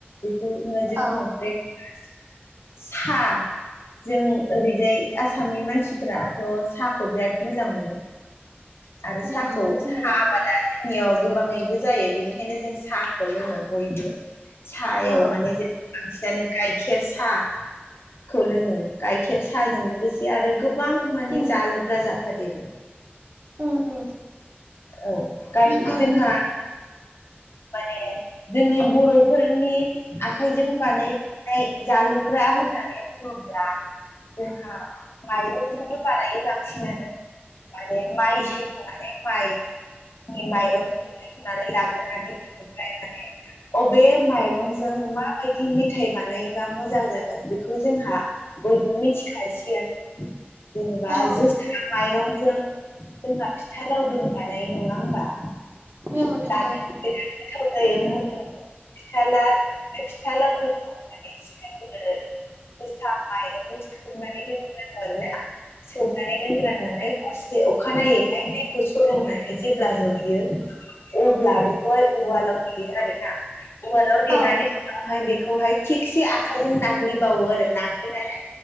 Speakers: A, on the left; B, on the right.
A: बेखौ इंराजियाव
B: औ
A: बुङो ब्रेक साह जों ओरैजाय। आसामनि मानसिफ्राथ' साहाखौ बिराद मोजां मोनो। आरो साहाखौ
B: उम उम
A: साहा
B: नंगौ
A: आबादा जों जोंनियाव गोबाङैबो जायो बेनिखायनो जों साहाखौ लोङो बयबो। साहायाव
B: औ
A: माने जों बांसिनानो गाइखेर साहाखौ लोङो गाइखेर साहाजों इ आरो गोबां माने
B: उम
A: जालुग्रा जाफादेरो।
B: उम उम।
A: औ गाय
B: नंगौ
A: जोंहा
B: नंगौ
A: माने जोंनि बर'फोरनि आखाइजों बानाय नाय जालु ग्रा होननानै बुङोब्ला जोंहा माइरंजोंनो बानायो बांसिनानो। माने माइ सायख'नानै माइ नि माइरंखौ <unintelligible> लाग्रोनानै <unintelligible> अबे माइरंजों माबायदि मेथाइ बानायोबा मोजां जागोन बेखौ जोंहा बयबो मिथिखासै आनो। जेनेबा
B: औ
A: जोसा माइरंजों <unintelligible> फिथा लावदुम बानायो नङा होमबा?
B: औ नंगौ
A: जानो। बिराद गोथाव जायो मोदोमो फिथा ला फिथा लावदुम <unintelligible> सिगांग्रो जोसा माइरं थिखांनानै दोनग्रोनांगौ आरो ना। सौनानै दोनग्रांनानै हरसे अखानायैहाय दै सर' होनानै जेब्ला रुयो अब्ला बेखौहाय उवालाव देयो आरो आरो ना। उवालाव देनानै
B: औ
A: बेवहाय बेखौहाय थिगसे आखायजों नाग्लिबावो आरो नाग्लिनानै